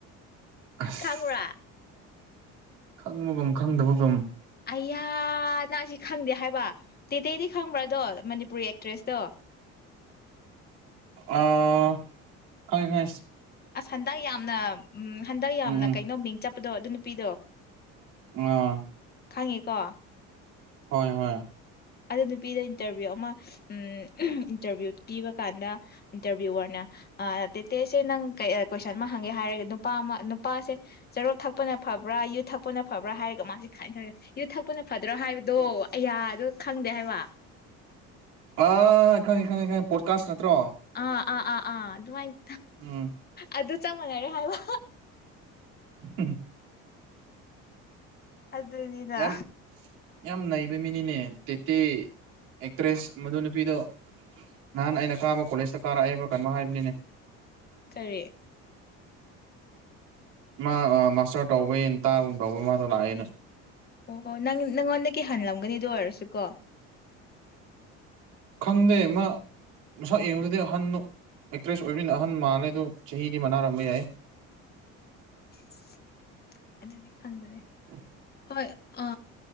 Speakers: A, on the right (about 80°); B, on the left (about 30°).
A: ꯑꯁ
B: ꯈꯪꯕ꯭ꯔꯥ
A: ꯈꯪꯕꯒꯨꯝ ꯈꯪꯗꯕꯒꯨꯝ
B: ꯑꯌꯥ ꯅꯪ ꯁꯤ ꯈꯪꯗꯦ ꯍꯥꯏꯕ ꯇꯦꯇꯦꯗꯤ ꯈꯪꯕ꯭ꯔꯗꯣ ꯃꯅꯤꯄꯨꯔꯤ ꯑꯦꯛꯇ꯭ꯔꯦꯁꯇꯣ
A: ꯑꯥ ꯈꯪꯉꯦ ꯈꯪꯉꯦ ꯁꯤ
B: ꯑꯁ ꯍꯟꯗꯛ ꯌꯥꯝꯅ ꯎꯝ ꯍꯟꯗꯛ ꯌꯥꯝꯅ
A: ꯎꯝ
B: ꯀꯩꯅꯣ ꯃꯤꯡ ꯆꯠꯄꯗꯣ ꯑꯗꯨ ꯅꯨꯄꯤꯗꯣ
A: ꯑꯥ
B: ꯈꯪꯉꯦꯀꯣ
A: ꯍꯣꯏ ꯍꯣꯏ
B: ꯑꯗꯨ ꯅꯨꯄꯤꯗ ꯏꯟꯇꯔꯚꯤꯌꯨ ꯑꯃ ꯎꯝ ꯏꯟꯇꯔꯚꯤꯌꯨ ꯄꯤꯕ ꯀꯥꯟꯗ ꯏꯟꯇꯔꯚꯤꯌꯨꯔꯅ ꯑ ꯇꯦꯇꯦꯁꯦ ꯅꯪ ꯀꯩ ꯑꯥ ꯀꯣꯏꯁꯟ ꯑꯃ ꯍꯪꯒꯦ ꯍꯥꯏꯔꯒ ꯅꯨꯄꯥ ꯑꯃ ꯅꯨꯄꯥꯁꯦ ꯆꯨꯔꯨꯞ ꯊꯛꯄꯅ ꯐꯕ꯭ꯔꯥ ꯌꯨ ꯊꯛꯄꯅ ꯐꯕ꯭ꯔꯥ ꯍꯥꯏꯔꯒ ꯃꯥꯁꯤ ꯈꯟꯔꯦ ꯌꯨ ꯊꯛꯄꯅ ꯐꯗ꯭ꯔꯣ ꯍꯥꯏꯕꯗꯣ ꯑꯌꯥꯗꯣ ꯈꯪꯗꯦ ꯍꯥꯏꯕ
A: ꯑ ꯈꯪꯉꯦ ꯈꯪꯉꯦ ꯈꯪꯉꯦ ꯄꯣꯠꯀꯥꯁ ꯅꯠꯇ꯭ꯔꯣ
B: ꯑꯥ ꯑꯥ ꯑꯥ ꯑꯥ ꯑꯗꯨꯃꯥꯏꯅ
A: ꯎꯝ
B: ꯑꯗꯨ ꯆꯞ ꯃꯥꯟꯅꯔꯦ ꯍꯥꯏꯕ
A: <unintelligible>
B: ꯑꯗꯨꯅꯤꯗ
A: ꯌꯥꯝ ꯌꯥꯝ ꯅꯩꯕ ꯃꯤꯅꯤꯅꯦ ꯇꯦꯇꯦ ꯑꯦꯛꯇ꯭ꯔꯦꯁ ꯃꯗꯨ ꯅꯨꯄꯤꯗꯣ ꯅꯍꯥꯟ ꯑꯩꯅ ꯀꯥꯕ ꯀꯣꯂꯦꯖꯇ ꯀꯥꯔꯛꯑꯦꯕ ꯀꯩꯅꯣ ꯍꯥꯏꯕꯅꯤꯅꯦ
B: ꯀꯔꯤ
A: ꯃꯥ ꯃꯥꯁꯇꯔ ꯇꯧꯕ ꯌꯦꯟ ꯇꯥꯒꯨꯝ ꯇꯧꯕ ꯃꯥꯗꯣ ꯂꯥꯛꯑꯦꯅ
B: ꯑꯣ ꯑꯣ ꯅꯪ ꯅꯪꯉꯣꯟꯗꯀꯤ ꯍꯥꯟꯅꯂꯝꯒꯅꯤ ꯑꯗꯨ ꯑꯣꯏꯔꯁꯨ ꯀꯣ
A: ꯈꯪꯗꯦ ꯃꯥ ꯃꯁꯛ ꯌꯦꯡꯕꯗꯨꯗꯤ ꯑꯍꯟꯅꯣ ꯑꯦꯛꯇ꯭ꯔꯦꯁ ꯑꯣꯏꯕꯅꯤꯅ ꯑꯍꯟ ꯃꯥꯜꯂꯦ ꯑꯗꯨ ꯆꯍꯤꯗꯤ ꯃꯅꯥꯔꯝꯕ ꯌꯥꯏ
B: <inaudible> ꯑꯗꯨꯗꯤ ꯈꯪꯗ꯭ꯔꯦ
A: <inaudible>
B: ꯍꯣꯏ ꯑ